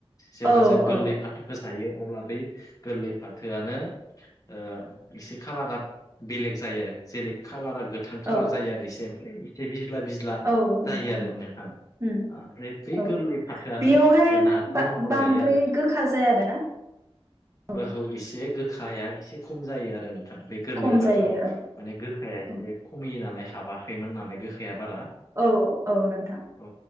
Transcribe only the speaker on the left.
जेब्ला
जों गोरलै
फाथ होजायो अब्ला बै गोरलै फाथोआनो ओ एसे खाालारा बेलेग जायो आरो जेरै कालारा गोथां कालार
जायो आरो एसे ओमफ्राय इसे बिज्ला बिज्ला
जायो आरो
नोंथां।
ओमफ्राय बै
गोरलै फाथोआनो
नारजि
महर लायो आरो।
ओहौ एसे गोखाया एसे खम जायो आरो नोंथां बे गोरलै
फाथोआव
माने गोख <unintelligible>
औ